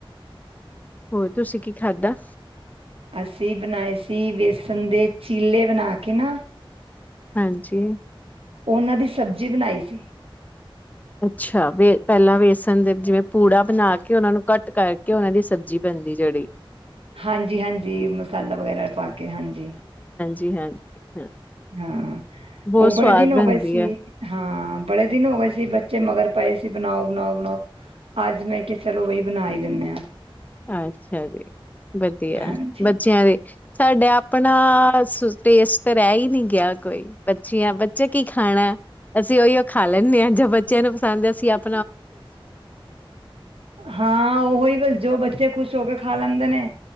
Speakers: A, on the left; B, on the right.
A: ਹੋਰ ਤੁਸੀਂ ਕੀ ਖਾਧਾ?
B: ਅਸੀਂ ਬਣਾਏ ਸੀ ਬੇਸਣ ਦੇ ਚੀਲੇ ਬਣਾ ਕੇ ਨਾ
A: ਹਾਂਜੀ
B: ਉਹਨਾਂ ਦੀ ਸਬਜ਼ੀ ਬਣਾਈ ਸੀ।
A: ਅੱਛਾ ਵੇ ਪਹਿਲਾਂ ਵੇਸਣ ਦੇ ਜਿਵੇਂ ਪੂੜਾ ਬਣਾ ਕੇ ਉਹਨਾਂ ਨੂੰ ਕੱਟ ਕਰਕੇ ਉਹਨਾਂ ਦੀ ਸਬਜ਼ੀ ਬਣਦੀ ਜਿਹੜੀ
B: ਹਾਂਜੀ ਹਾਂਜੀ ਮਸਾਲਾ ਵਗੈਰਾ ਪਾ ਕੇ ਹਾਂਜੀ
A: ਜੀ ਹਾਂ <inaudible>
B: ਹਾਂ
A: ਬਹੁਤ
B: ਉਹ
A: ਸਵਾਦ
B: ਬੜੇ ਦਿਨ ਹੋ
A: ਬਣਦੀ
B: ਗਏ ਸੀ
A: ਹੈ
B: ਹਾਂ ਬੜੇ ਦਿਨ ਹੋ ਗਏ ਸੀ ਬੱਚੇ ਮਗਰ ਪਏ ਸੀ ਬਣਾਓ ਬਣਾਓ ਬਣਾਓ ਅੱਜ ਮੈਂ ਕਿਹਾ ਚਲੋ ਬਈ ਬਣਾ ਹੀ ਦਿੰਨੇ ਆਂ।
A: ਹਾਂਜੀ ਹਾਂਜੀ ਬਦੀਆ
B: ਹਾਂਜੀ
A: ਬੱਚਿਆਂ ਦੇ ਸਾਡੇ ਆਪ ਆਪਣਾ ਸੁ ਟੇਸਟ ਤਾਂ ਰਹਿ ਹੀ ਨਹੀਂ ਗਿਆ ਕੋਈ ਅੱਛੀਆਂ ਬੱਚੇ ਕੀ ਖਾਣੈ ਅਸੀਂ ਉਹੀ ਉ ਖਾ ਲੈਂਨੇ ਆਂ ਜੋ ਬੱਚਿਆਂ ਨੂੰ ਪਸੰਦ ਅ ਅਸੀਂ ਆਪ
B: ਹਾਂ ਉਹ ਹੀ ਬਸ ਜੋ ਬੱਚੇ ਇੱਥੇ ਖੁਸ਼ ਹੋ ਕੇ ਖਾ ਲੈਂਦੇ ਨੇ